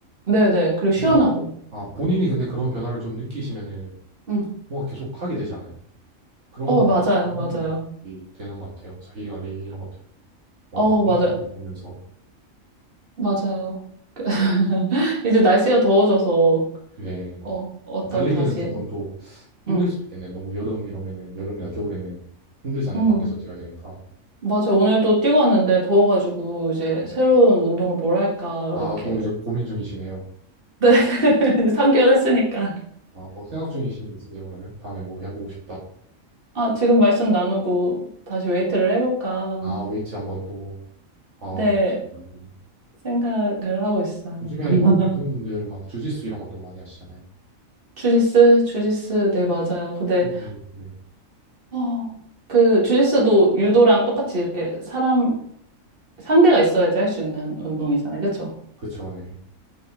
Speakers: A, on the right; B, on the right.
A: 네네. 그리고 시원하고.
B: 근데, 아, 본인이 근데 그런 변화를 좀 느끼시면은,
A: 응.
B: 뭔가 계속 하게 되지 않아요? 그런
A: 어,
B: 것들이
A: 맞아요.
B: 좀
A: 맞아요.
B: 도움이 되는 것 같아요. 자기 관리 이런 것들, 뭐
A: 어,
B: 바뀌는
A: 맞아요.
B: 것들을 보면서.
A: 맞아요. <laughs> 이제 날씨가 더워져서,
B: 네.
A: 어, 어떤
B: 달리기는
A: 다시,
B: 조금 또 힘들
A: 응,
B: 수도 있겠네. 너무 여름 이러면은, 여름이나 겨울에는 힘들잖아요.
A: 응.
B: 밖에서 뛰어야 되니까.
A: 맞아. 오늘도 뛰고 왔는데 더워가지고 이제
B: 아,
A: 새로운 운동을 뭘 할까,
B: 아,
A: 이렇게.
B: 또 이제 고민 중이시네요.
A: 네. <laughs> 3개월 했으니까.
B: 아, 뭐 생각 중이신 게 있으세요, 그러면? 다음에 뭐 해보고 싶다.
A: 아, 지금 말씀 나누고 다시 웨이트를 해볼까.
B: 아, 웨이트 한번 또, 아,
A: 네,
B: 좋습니다.
A: 생각을 하고 있어요.
B: 요즘에
A: <laughs>
B: 막 여성분들 막 주짓수 이런 것도 많이 하시잖아요.
A: 주짓수, 주짓수, 네, 맞아요. 근데,
B: 음, 네.
A: 어, 그, 주짓수도 유도랑 똑같이 이렇게 사람, 상대가 있어야지 할 수 있는 운동이잖아요. 그쵸?
B: 그쵸, 네.